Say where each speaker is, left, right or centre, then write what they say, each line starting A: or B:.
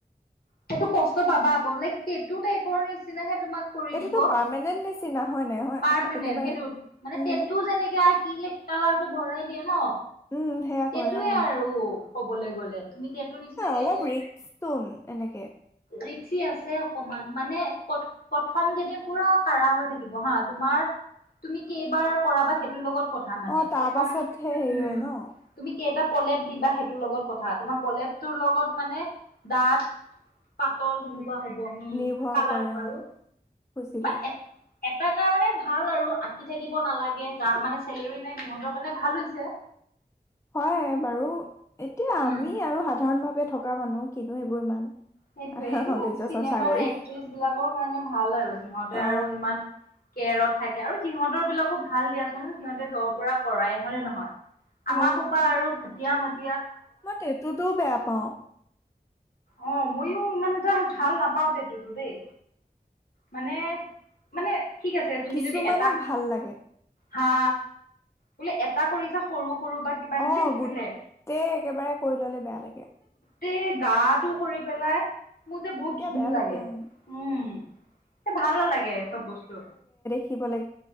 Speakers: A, on the left; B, on the left.
A: সেইটো কষ্ট পাবা আকৌ লাইক টেটু টাইপৰ নিচিনা হে তোমাৰ কৰি
B: এইটোতো
A: দিব
B: পাৰ্মানেন্ট নিচিনা হয় নাই হয়
A: পাৰ্মানেণ্ট
B: একেবাৰে
A: সেইটো মানে
B: উম
A: টেটো যেনেকে আঁকিলে ক্লাৰ টো ভৰাই দিয়ে ন
B: উম সেয়া
A: টেটোৱে
B: কৰে অ
A: আৰু ক'বলে গ'লে তুমি টেটু নিচিনাকে
B: অলপ
A: এইটো
B: ৰিস্ক চোন এনেকে
A: ৰিক্সি আছে অকমান মানে প্ৰথম কেইদিন পুৰা কাঢ়া হৈ থাকিব হা তোমাৰ তুমি কেইবাৰ কৰাবা সেইটোৰ লগত কথা মানে
B: অ তাৰ
A: প্ৰথম
B: পাছতহে হেৰি
A: উম
B: হয় ন
A: তুমি কেইটা প্ৰলেপ দিবা সেইটোৰ লগত কথা তোমাৰ প্ৰলেপটোৰ লগত মানে ডাঠ পাতল সেনেকুৱা হ'ব উম
B: নিৰ্ভৰ
A: কালাৰটো
B: কৰে
A: আৰু
B: অ বুজিলো
A: মানে এটা কাৰণে ভাল আৰু আঁকি থাকিব নালাগে যাৰ মানে চেলেৰী নাই সিহঁতৰ কাৰণে ভাল হৈছে
B: হয় বাৰু এতিয়া
A: উম
B: আমি আৰু সাধাৰণ ভাৱে থকা মানুহ কিনো এইবোৰ ইমান
A: সেইটোৱে এইবিলাক
B: সৌন্দৰ্য
A: চিনেমাৰ
B: চৰ্চা কৰিম
A: এক্ট্ৰেছবিলাকৰ কাৰণে ভাল আৰু সিহঁতে
B: অ
A: আৰু ইমান কেৰত থাকে আৰু সিহঁতৰবিলাকো ভাল দিয়াচোন সিহঁতে জৰ পৰা কৰাই হয়নে নহয়?
B: অ
A: আমাৰ সোপা আৰু ইয়া মাত
B: মই তেতোটো বেয়া পাওঁ।
A: অ' ময়ো ইমান এটা ভাল নাপাও তেতোটো দেই মানে, মানে ঠিক আছে তুমি
B: কিছুমানক
A: যদি এটা
B: ভাল লাগে।
A: হা বোলে এটা কৰিছা সৰু সৰু বা কিবা সেনেকে
B: অ'
A: দেখি
B: গোটেই
A: পেলে
B: একেবাৰে কৰি ল'লে বেয়া লাগে।
A: টেই গাত টো কৰি পেলাই মোৰ যে বহুত
B: এতিয়া
A: ঘৃণ
B: বেয়া
A: লাগে
B: উম
A: উম, এ ভাল নালাগে এচব বস্তু।
B: খিবলে।